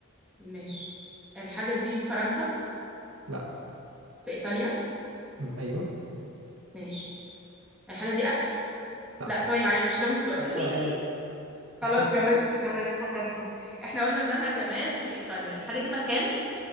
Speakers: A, in the centre; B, on the right (about 70°).
A: ماشي الحاجة دي في فرنسا
B: لأ
A: في إيطاليا
B: م- أيوه
A: ماشي الحاجة دي أكل
B: لأ
A: لا ثواني معلش ده مش سؤال
B: آه،
A: <laughs>
B: أنا آسف بتحب
A: خلاص جاوبت تمام حسبته احنا قلنا إنها جماد في إيطاليا الحاجة دي مكان